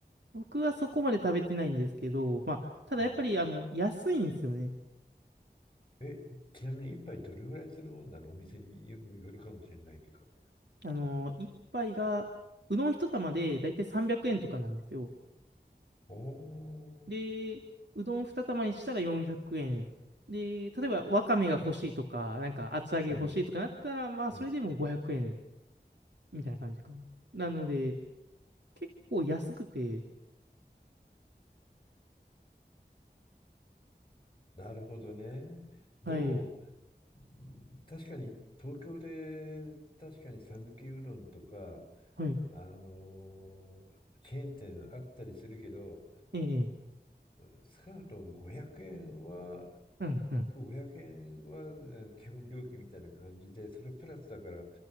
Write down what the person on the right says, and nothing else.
僕はそこまで食べてないんですけど、まあ、ただやっぱり、
あの、安いんですよね。
あの、一杯が、うどん一玉でだいたい300円とかなんですよ。
で、
うどん二玉にしたら400円。で、例えばわかめが欲しいとか、なんか厚揚げ欲しいとかなったら、
まあ、
それでも500円。みたいな感じかな。なので、結構安くて、
はい、
はい、
ええ、
うん、うん、